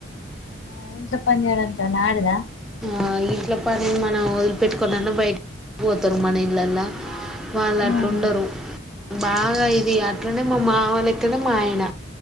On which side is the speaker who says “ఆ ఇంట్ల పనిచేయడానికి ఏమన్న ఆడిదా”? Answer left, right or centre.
Left